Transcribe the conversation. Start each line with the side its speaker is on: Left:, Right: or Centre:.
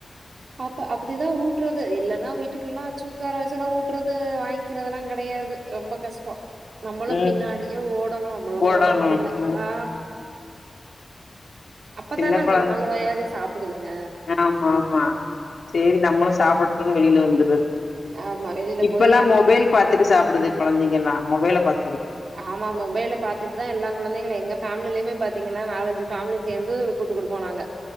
Right: பப்ப அப்டிதா ஊட்றது இல்லனா வீட்டுக்குள்ளலா வச்சு உக்கார வச் சு ஊட்றது வாய்ங்க்கிறதெல்லா கெடையாது ரொம்ப கஷ்டோ நம்மளு
Left: ம்
Right: பின்னாடியே ஓடணு என்னால
Left: போடணு
Right: ஓட முடிய்ல
Left: ம்
Right: ஆ அப்பதான
Left: சின்ன
Right: அந்த
Left: கொழந்த
Right: நாலு வாயாவது சாப்பிடுதுங்க
Left: ஆமாம்மா சேரி நம்மளு சாப்புட்டுணு வெளில வந்
Right: ஆமா வெளியில
Left: இப்பலா
Right: போய் அங்க
Left: மொபைல்
Right: போய்
Left: பாத்துட்டு சாப்புடுது கொழந்தைங்கள்லா மொபைல பாத்
Right: ஆமா மொபைல்ல பாத்துட்டுதா எல்லா கொழந்தைங்களு எங்க ஃபேம்லிலயுமே பாத்தீங்கனா நாலஞ் சு ஃபேம்லி சேந்து கூட்டு குடும்ப நாங்க